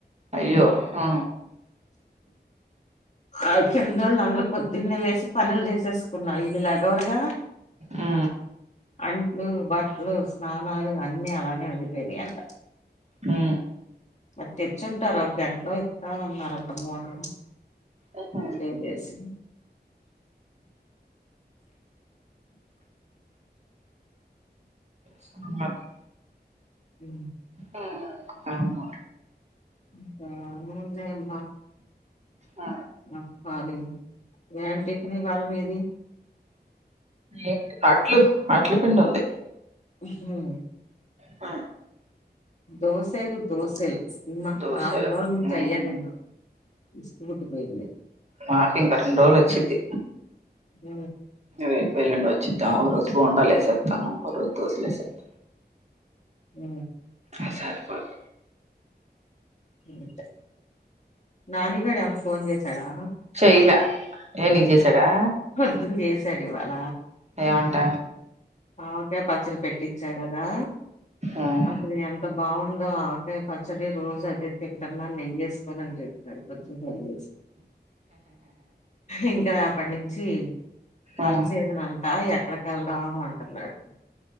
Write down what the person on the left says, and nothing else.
ఆ కిందోళ్ళందరు పొద్దున్నే లేసి పనులు చేసేసుకున్నారు ఇలా లెగవరుగా
అంట్లు బట్లు స్నానాలు అన్నీ అలానే ఉండిపోనయంట
మరి తెచ్చుంటారు ఒక గంటలో ఇత్తామన్నారంట మోటరు
ఇంకా ఏం చేసి
ఊ
ఇంకా ఏమున్నయమ్మా
చెప్పాలి ఏం టిఫిని ఇవ్వాళ్ళ మీది
ఊహు
దోశలు దోసలు అమ్మా
వారం రోజుల నుంచి
అయ్యేదిన్నం ఇస్కుట్టిపోయింది
ఊ
ఊ
ఇంతే నానిగాడు ఏమన్నా ఫోన్ చేశాడా
పొద్దున్ చేసాడు ఇవాళ
మామిడికాయ పచ్చడి పెట్టిచ్చా కదా
అసలిగా ఎంత బాగుందో ఆవకాయ పచ్చడి రోజు అదే తింటున్నా నెయ్యేసుకోని అని చెప్పాడు కొంచెం నెయ్యేసి ఇంకా రేపటినుంచి
అన్ సీజన్ అంటా ఎక్కడకి వెళ్దాం అన్ అన్నాడు